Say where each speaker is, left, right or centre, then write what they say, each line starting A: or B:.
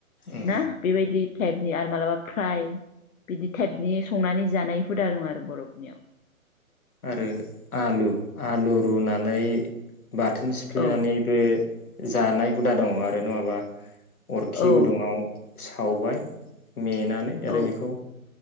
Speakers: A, on the left (about 85°); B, on the left (about 65°).
A: उम
B: ना बेबायदि टाइपनि आरो मालाबा फ्राय बिदि टाइपनि संनानै जानाय हुदा दं आरो बरफोरनियाव।
A: आरो आलु-आलु रुनानै बाथोन सिफ्लेनानैबो
B: औ
A: जानाय हुदा दङ आरो नङाबा अरखि
B: औ
A: गुदुङाव सावबाय मेनानै आरो
B: औ
A: बेखौ